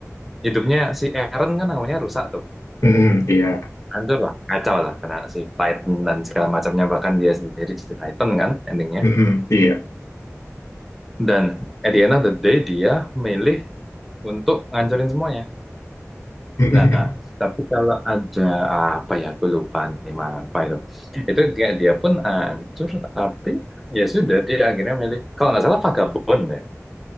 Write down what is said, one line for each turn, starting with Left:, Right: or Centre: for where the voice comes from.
Centre: hidupnya si Eren kan namanya rusak tuh.
Left: Mhm, iya.
Centre: Hancur lah, kacau lah karena si Titan dan segala macamnya bahkan dia sendiri jadi Titan kan endingnya.
Left: Mhm, iya.
Centre: Dan at the end of the day dia milih untuk ngancurin semuanya.
Left: <laughs>
Centre: Nah, tapi kalau ada apa ya, aku lupa nih, mah, apa itu. Itu kayak dia pun hancur, tapi ya sudah, dia akhirnya milih. Kalau nggak salah Vagabond deh.